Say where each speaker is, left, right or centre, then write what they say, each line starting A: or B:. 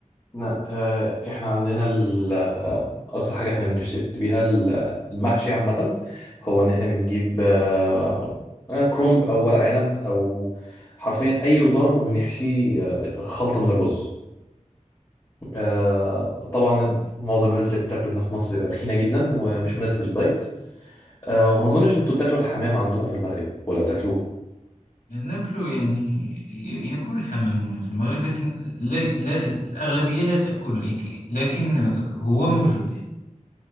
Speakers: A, on the left; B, on the left.
A: لا آه، احنا عندنا ال- آه، اكتر حاجه احنا بنشتري بيها ال- آه، المحشي عامه هو ان احنا بنجيب آه، آه، كرنب او ورق عنب او حرفيا اي خضار وبنحشيه آه، زي خلطه من الرز آه، طبعا معظم الناس اللي بتاكله هنا في مصر بتبقى تخينه جدا ومش مناسب للدايت آه، وما اظنش انتوا بتاكلوا الحمام عندكم في المغرب ولا بتاكلوه
B: ناكله يعني ي- يأكل الحمام هنا في المغرب لكن لا, لا الأغلبية لا تأكله يك- لكن هو موجود